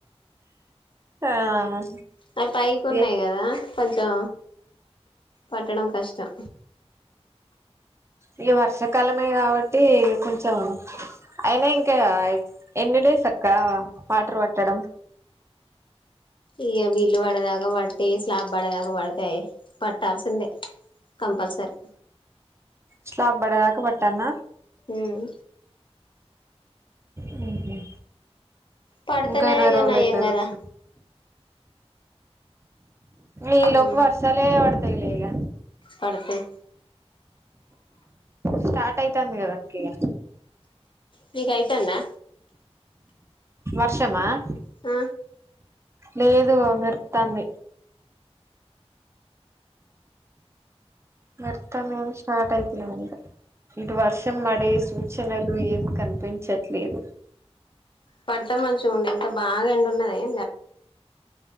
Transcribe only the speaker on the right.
ఆ
ఈ
ఇగ వర్షాకాలమే కాబట్టి కొంచెం అయినా ఇంకా. ఎన్ని డేస్ అక్క వాటర్ పట్టడం
స్లాబ్ పడేదాకా పట్టాలనా
ఉహు
ఇంకా ఇరవై
రోజులు
అయితది
కావచ్చు ఈ లోపు
వర్షాలే పడతాయిలే ఇగ
స్టార్ట్ అయితాంది కదా అక్క ఇగ
వర్షమా ఆ
లేదు మెరుతాంది మెరుతాంది కదా స్టార్ట్ అయితనే ఉంది ఇటు వర్షం పడే సూచనలు ఏం కనిపించట్లేదు